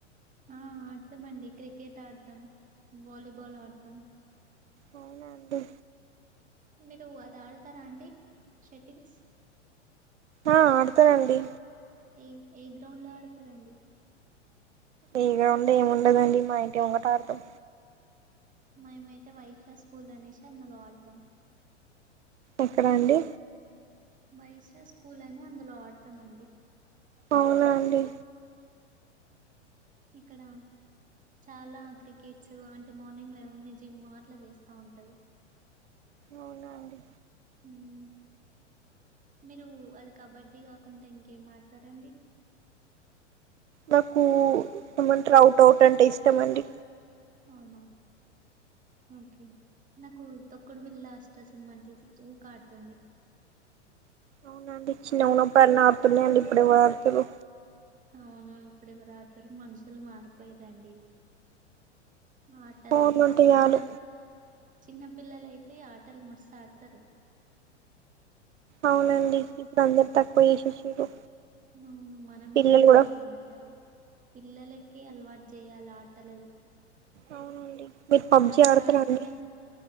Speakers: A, on the right; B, on the right.
A: ఆ ఆడుతామ్ అండి. క్రికెట్ ఆడతాం. వాలీబాల్ ఆడతాం.
B: అవునా అండి.
A: మీరు అది ఆడతారా అండి. షెటీల్స్
B: ఆ ఆడతనండి.
A: ఏ ఏ గ్రౌండ్ లో ఆడతారండి.
B: ఏ గ్రౌండ్ ఏము ఉండదండి. మా ఇంటి ముంగట ఆడతాం.
A: మేమైతే వైషా ఆ స్కూల్ అనేసి అందులో ఆడతాం.
B: ఎక్కడా అండి.
A: వయస్లా స్కూల్ అని అందులో ఆడతామండి.
B: అవునా అండి.
A: ఇక్కడ చాలా క్రికెట్స్ అంటే మార్నింగ్ లేవన్ నుంచి జిమ్ అట్లా చేస్తా ఉంటారు.
B: అవునా అండి.
A: హ్మ్ మీరు అది కబడ్డీ కాకుంట ఇంకేం ఆడతారండి.
B: నాకు <unintelligible> అవుట్ అవుట్ అంటే ఇష్టమండి.
A: అవునా ఓకే నాకు తొక్కుడు బిళ్ళా, అష్టచమ్మ అంటే ఊకె ఆడుతుండే
B: అవునండి చిన్నగున్నపుడు అన్న ఆడుతుండే ఇప్పుడేవ తూళ్లు
A: అవునా ఇప్పుడు ఎవరు ఆడుతరు మనుషులు మారిపోయిరండి ఆటలు
B: ఫోన్ నుంటే చాలు
A: చిన్న చిన్న పిల్లలైతే ఆటలు మస్ ఆడతారు
B: అవునండి ఇప్పుడు అందరు తక్కువ చేసేసిరు
A: అవును మనమే
B: పిల్లలు
A: ఇగ
B: కూడా
A: దాన్ని వేంచాలి పిల్లలకే అలవాటు చేయ ల ఆటలది
B: అవునండి మీరు
A: నా
B: పబ్జి
A: ఆటలు
B: ఆడతారా
A: ఆడుతనే
B: అండి